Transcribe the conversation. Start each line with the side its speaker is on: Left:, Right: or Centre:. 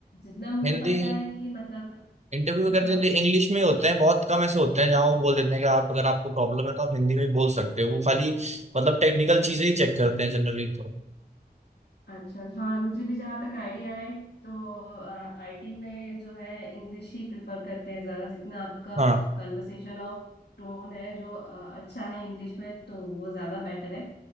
Left: जितना मुझे
Right: हिंदी
Left: पता है कि मतलब
Right: इंटरव्यू अगर
Left: हाँ
Right: जनरली इंग्लिश में ही होते हैं बहुत कम ऐसे होते हैं जहाँ वो बोल देते हैं कि आप अगर आपको प्रॉब्लम है तो आप हिंदी में भी बोल सकते हो वो खाली मतलब टेक्निकल चीजें ही चेक करते हैं जनरली तो
Left: अच्छा हाँ मुझे भी जहाँ तक आइडिया है तो आईटी में जो है इंग्लिश ही प्रेफर करते हैं ज़्यादा जितना आपका
Right: हाँ
Left: कन्वर्सेशन ऑफ टोन है जो अ, अच्छा है इंग्लिश में तो वो ज़्यादा बेटर है